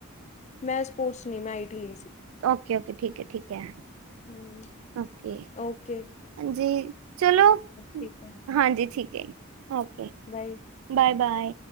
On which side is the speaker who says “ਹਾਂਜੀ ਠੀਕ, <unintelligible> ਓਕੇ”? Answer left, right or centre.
Right